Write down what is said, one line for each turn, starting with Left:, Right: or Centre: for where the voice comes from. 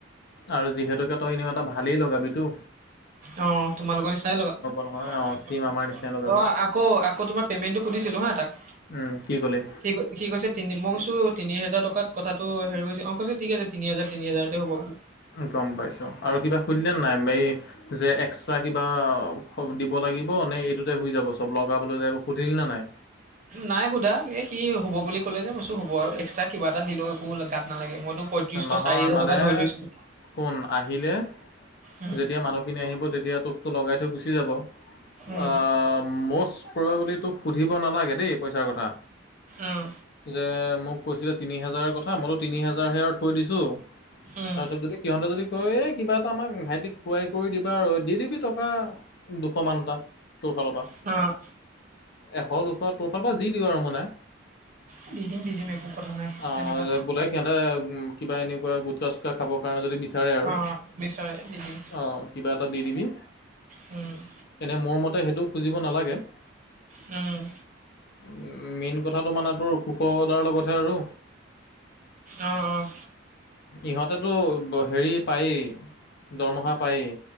Left: আৰু যিহেতুকে, তই এনেও এটা ভালেই লগাবি তো।
Right: অ, তোমালোকৰ নিচিনাই লগাম। অ,
Left: নহয় চিম আমাৰ নিচিনাই লগাবি
Right: আকৌ- আকৌ তোমাৰ পেমেণ্টতো সুধিছিলোঁ হা তাক।
Left: উম', কি ক'লে?
Right: সি-সি কৈছে তিনি, মই কৈছো, তিনি হেজাৰ টকাত কথাটো হেৰি হৈছে, অ কৈছে ঠিক আছে, তিনি হাজাৰ, তিনি হাজাৰতে হ'ব বুলি।
Left: গম পাইছো। আৰু কিবা সুধিলে নাই এই যে এক্সট্ৰা কিবা দিব লাগিব? নে এইটোতে শুই যাব চব। চব লগাবলৈ যায়, এইবোৰ সুধিলি নে নাই?
Right: নাই শুধা। সি হ'ব বুলি ক'লে যে মইছো হ'ব আৰু, এক্সট্ৰা কিবা এটা দিলেও, একো গাত নালাগে। মইতো- পঁয়ত্ৰিশ
Left: নহয়
Right: চাৰি হাজাৰ
Left: মানে,
Right: টকা ধৰি লৈছিলো
Left: কোন আহিলে?
Right: উম
Left: যেতিয়া মানুহখিনি আহিব, তেতিয়া তোকটো লগাই থৈ গুচি যাব।
Right: উম
Left: আ, ম'ষ্ট প্ৰয়ৰ বুলি তোক, সুধিব নালাগে দেই পইচাৰ কথা।
Right: উম
Left: যে মোক কৈছিলে, তিনি হাজাৰৰ কথা, মইতো তিনি হাজাৰ হে আৰু। দিছো।
Right: উম
Left: তাৰ পিছত যদি সিহঁতে যদি কয়, এই কিবা এটা আমাক ভাইটিক, খুৱাই কৰি দিবা আৰু, দি দিবি টকা দুশ মান এটা। তোৰফালৰ পৰা।
Right: অঁ
Left: এশ, দুশ তোৰ ফালৰ পৰা যি দিয় আৰু মানে।
Right: এই দি দিম, দি দিম একো কথা নাই,
Left: আহ
Right: তেনেকুৱাত।
Left: বোলে সিহঁতে কিবা এনেকুৱা, গুটকা-চুটকা খাবৰ কাৰণে যদি বিচ- বিচাৰে আৰু,
Right: অ বিচাৰে দি দিম
Left: অ, কিবা এটা দি দিবি।
Right: উম'
Left: এনে মোৰ মতে, সেইটো খুজিব নালাগে।
Right: উম'
Left: উম' মেইন কথাটো মানে তোৰ, কুশ দাৰ লগতহে আৰু।
Right: অঁ-অঁ
Left: ইহঁতেতো হেৰি পায়েই- দৰমহা পায়েই,